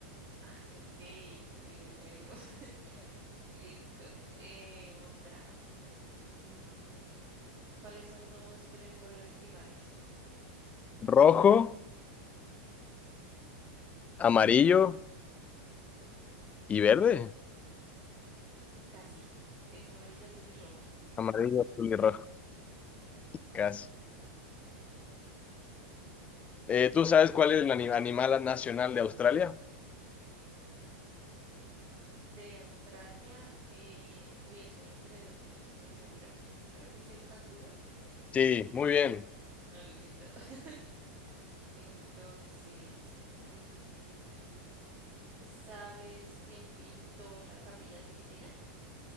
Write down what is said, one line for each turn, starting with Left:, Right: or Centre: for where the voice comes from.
Right: Ay, ok. Bueno, bueno. <laughs> Listo. Eh, otra. Mm, ¿cuáles son los tres colores primarios?
Left: Rojo, amarillo y verde.
Right: Casi. Es amarillo, azul y rojo.
Left: Amarillo, azul y rojo, casi. Eh, ¿tú sabes cuál es el ani- animal nacional de Australia?
Right: De Australia, eh, uy, estoy entre dos, no estoy muy segura. Creo que es el canguro.
Left: Sí, muy bien.
Right: Ah, listo. <laughs> Entonces, mm, ¿sabes quién pintó la Capilla Sixtina?